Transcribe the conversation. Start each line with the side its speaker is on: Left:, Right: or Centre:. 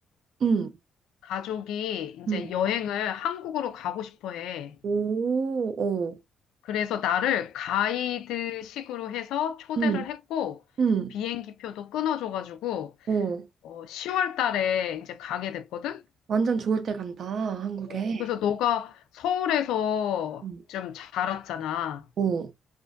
Right: 응,
Left: 가족이 이제
Right: 응.
Left: 여행을 한국으로 가고 싶어 해.
Right: 오, 어,
Left: 그래서 나를 가이드식으로 해서 초대를
Right: 응,
Left: 했고,
Right: 응,
Left: 비행기표도 끊어줘가지고,
Right: 어.
Left: 어, 10월 달에 이제 가게 됐거든?
Right: 완전 좋을 때 간다, 한국에.
Left: 어, 그래서 너가 서울에서
Right: 응,
Left: 좀 자랐잖아.
Right: 어,